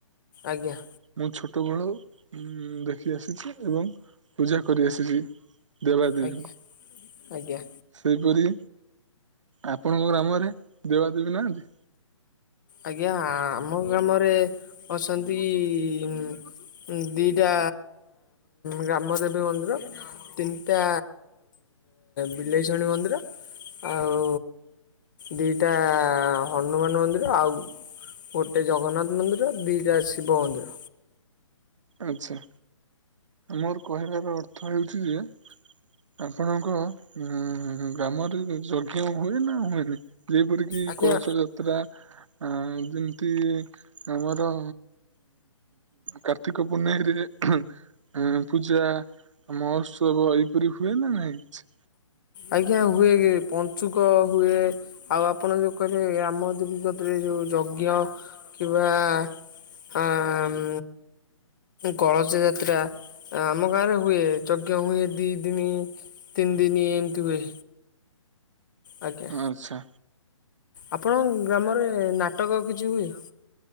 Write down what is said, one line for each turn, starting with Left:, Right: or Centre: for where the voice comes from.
Left: ଆଜ୍ଞା।
Right: ମୁଁ ଛୋଟବେଳୁ ଉଁ ଦେଖିଆସିଛି ଏବଂ ପୂଜା କରିଆସିଛି। ଦେବାଦେବୀଙ୍କୁ।
Left: ଆଜ୍ଞା ଆଜ୍ଞା ଆଜ୍ଞା ଆଜ୍ଞା
Right: ସେହିପରି ଆପଣଙ୍କ ଗ୍ରାମରେ ଦେବାଦେବୀ ନାହାଁନ୍ତି।
Left: ଆଜ୍ଞା ଆମ ଗ୍ରାମରେ ଅଛନ୍ତି ଉଁ ଦିଟା ଗ୍ରାମଦେବୀ ମନ୍ଦିର। ତିନିଟା ବିଲେଇଚଣ୍ଡୀ ମନ୍ଦିର। ଆଉ ଦିଟା ହନୁମାନ ମନ୍ଦିର। ଆଉ ଗୋଟେ ଜଗନ୍ନାଥ ମନ୍ଦିର ଦୁଇଟା ଶିବ ମନ୍ଦିର।
Right: ଆଚ୍ଛା। ମୋର କହିବାର ଅର୍ଥ ହେଉଛି ଯେ ଆପଣଙ୍କ ଉଁ ଗ୍ରାମରେ ଯଜ୍ଞ ହୁଏ ନା ହୁଏନି? ଯେପରିକି
Left: ଆଜ୍ଞା
Right: କଳସ ଯାତ୍ରା ଆଁ ଯେମତି ଆମର କାର୍ତ୍ତିକ ପୁନେଇଁରେ ହଁ ପୂଜା ମହୋତ୍ସବ ଏଇପରି ହୁଏ ନା ନାହିଁ କିଛି।
Left: ଆଜ୍ଞା ହୁଏ ପଞ୍ଚୁକ ହୁଏ। ଆଉ ଆପଣ ଯୋଉ କହିଲେ ଗ୍ରାମ ଦେବୀ କତିରେ ଯୋଉ ଯଜ୍ଞ କିମ୍ବା ହାଁ ମ। କଳସ ଯାତ୍ରା ଆମ ଗାଁରେ ହୁଏ ଯଜ୍ଞ ହୁଏ ଦି ଦିନି। ତିନ ଦିନ ଏମତି ହୁଏ। ଆଜ୍ଞା
Right: ଆଚ୍ଛା।
Left: ଆପଣଙ୍କ ଗ୍ରାମରେ ନାଟକ କିଛି ହୁଏ?